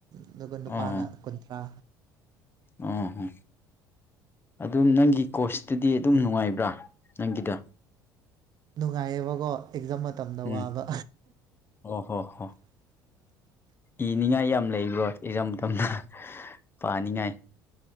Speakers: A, on the right (about 40°); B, on the left (about 20°).
A: ꯑꯗꯨꯒ ꯅꯨꯄꯥꯅ
B: ꯑꯣ
A: ꯀꯨꯟꯊ꯭ꯔꯥ
B: ꯑꯣ ꯍꯣ ꯑꯗꯨꯝ ꯅꯪꯒꯤ ꯀꯣ꯭ꯔꯁꯇꯨꯗꯤ ꯑꯗꯨꯝ ꯅꯨꯡꯉꯥꯏꯕ꯭ꯔꯥ ꯅꯪꯒꯤꯗꯣ
A: ꯅꯨꯡꯉꯥꯏꯌꯦꯕꯀꯣ ꯑꯦꯛꯖꯥꯝ ꯃꯇꯝꯗ
B: ꯎꯝ
A: ꯋꯥꯕ
B: ꯑꯣ ꯍꯣ ꯍꯣ
A: <inaudible>
B: ꯏꯅꯤꯡꯉꯥꯏ ꯌꯥꯝ ꯂꯩꯕ꯭ꯔꯣ ꯏꯖꯥꯝ ꯃꯇꯝꯗ ꯄꯥꯅꯤꯡꯉꯥꯏ